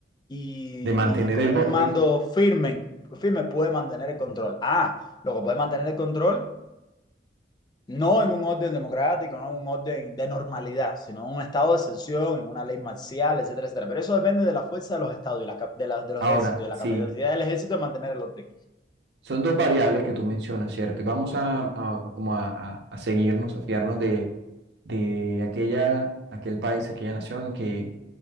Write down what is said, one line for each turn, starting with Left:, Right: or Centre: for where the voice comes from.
Left: y,
Right: De mantener
Left: y con
Right: el
Left: un
Right: orden
Left: mando firme, firme puede mantener el control. Ah, lo que puede mantener el control no en un orden democrático, no en un orden de normalidad, sino en un estado de excepción, en una ley marcial, etcétera, etcétera. Pero eso depende de la fuerza de los estados y la, de, la, de los
Right: Ahora,
Left: ejércitos, de la
Right: sí,
Left: capacidad del ejército de mantener el orden.
Right: son dos variables que tú mencionas, ¿cierto? Y vamos a, a- a como a, a- a seguirnos, a fiarnos de, de aquella, aquel país, aquella nación que